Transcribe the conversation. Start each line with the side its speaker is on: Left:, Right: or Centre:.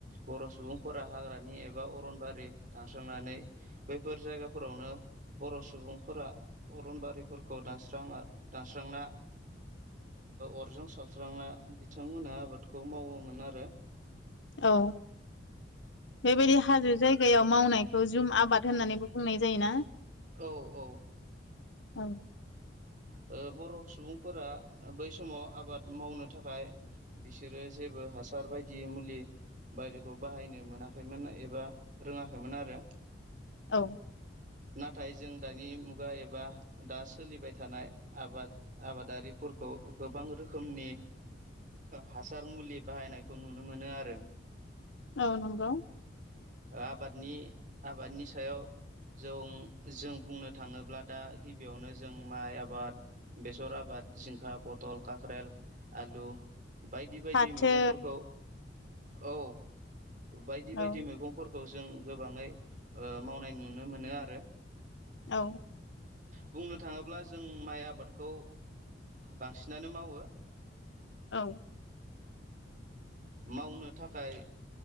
Right: बर' सुबुंफोरा हाग्रानि एबा अरनबारि दानस्रांनानै बैफोर जायगाफोरावनो बर' सुबुंफोरा अरनबारिफोरखौ दानस्राङा दानस्रांना अरजों सावस्रांना बिथांमोनहा आबादखौ मावोमोन आरो।
Left: औ। बेबायदि हाजो जायगायाव मावनायखौ जुम आबाद होननानैबो बुंनाय जायोना?
Right: औ औ।
Left: औ।
Right: ओ बर' सुबुंफोरा बै समाव आबाद मावनो थाखाय बिसोरो जेबो हासार बायदि मुलि बायदिखौ बाहायनो मोनाखैमोन एबा रोङाखैमोन आरो
Left: औ
Right: नाथाय जों दानि मुगा एबा दा सोलिबाय थानाय आबाद आबादारिफोरखौ गोबां रोखोमनि हासार मुलि बाहायनायखौ नुनो मोनो आरो।
Left: औ नंगौ।
Right: आबादनि आबादनि सायाव जों जों बुंनो थाङोब्ला दा गिबियावनो जों माइ आबाद बेसर आबाद जिंखा बथल ककरेल आलु। बायदि बायदि
Left: फाथो
Right: मैगंफोरखौ औ बायदि
Left: औ
Right: बायदि मैगं। फोरखौ जों गोबाङै मावनाय नुनो मोनो आरो
Left: औ।
Right: बुंनो थाङोब्ला जों माइ आबादखौ बांसिनानो मावो।
Left: औ।
Right: मावनो थाखाय